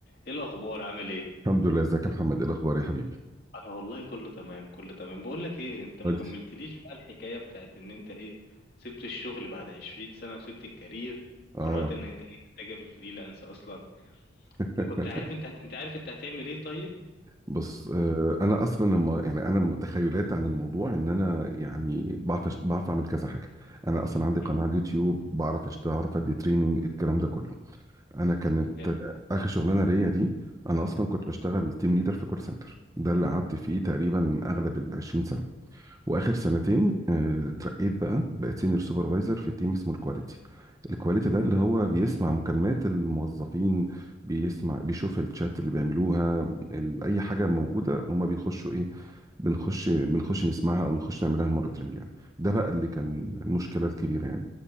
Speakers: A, on the left; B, on the right.
A: ايه الاخبار عامل ايه
B: الحمد لله ازيك يا محمد ايه الاخبار يا حبيبي
A: انا والله كله تمام كله تمام بقول لك ايه انت ما
B: كويس
A: كملتليش بقى الحكايه بتاعت ان انت ايه سبت الشغل بعد 20 سنه وسبت الكارير
B: اه
A: وقررت ان انت ايه تتجه في الفريلانس اصلا
B: <laughs>
A: انت كنت عارف انت هت... انت عارف انت هتعمل ايه طيب
B: بص آه، انا اصلا لما يعني انا تخيلاتي عن الموضوع ان انا يعني بعرف أشت- بعرف اعمل كذا حاجه انا اصلا عندي
A: مم.
B: قناه على اليوتيوب بعرف اشتغل اعرف ادي تريننج الكلام ده كله انا كانت
A: جامد
B: آه، اخر شغلانه ليا دي انا اصلا كنت بشتغل تيم ليدر في كول سنتر ده اللي قعدت فيه تقريبا اغلب ال 20 سنه واخر سنتين آه، اترقيت بقى بقيت سينيور سوبرفايزر في تيم اسمه الكواليتي الكواليتي ده اللي هو بيسمع مكالمات الموظفين بيسمع بيشوف الشات اللي بيعملوها ال- اي حاجه موجوده هما بيخشوا ايه بنخش بنخش نسمعها او نخش نعملها مونيتورنج يعني ده بقى اللي كان المشكله الكبيره يعني